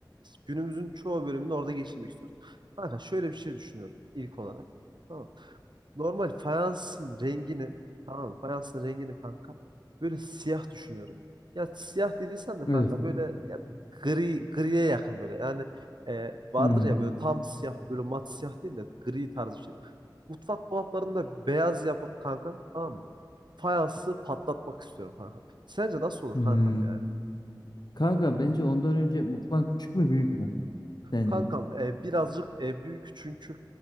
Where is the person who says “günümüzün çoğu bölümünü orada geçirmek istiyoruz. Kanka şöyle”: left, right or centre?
Right